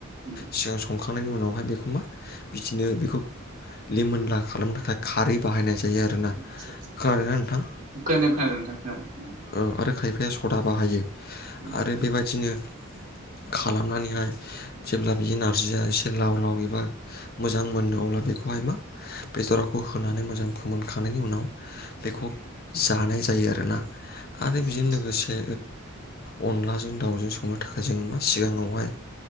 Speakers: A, on the right (about 35°); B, on the left (about 45°).
A: उम
B: सिगां संखांनायनि उनावहाय बेखौ मा बिदिनो बेखौ लिमोनला खालामनो थाखाय खारै बाहायनाय जायो आरो ना।
A: आदसा
B: खोनादों
A: आदसा आदसा
B: ना नोंथां?
A: खोनादों खोनादों नोंथां खोनादों।
B: औ आरो खायफाया सदा बाहायो
A: उम
B: आरो
A: उम
B: बेबायदिनो खालामनानैहाय जेब्ला बेयो नारजिया एसे लाव लाव एबा मोजां मोननो अब्ला बेखौहाय मा बेदराखौ होनानै मोजां फोमोनखांनायनि उनाव बेखौ जानाय जायो आरो ना। आरो
A: आदसा
B: बेजों
A: आदसा
B: लोगोसे
A: आदसा
B: ओ अनलाजों दाउजों स संनो थाखाय जोङो मा सिगाङावहाय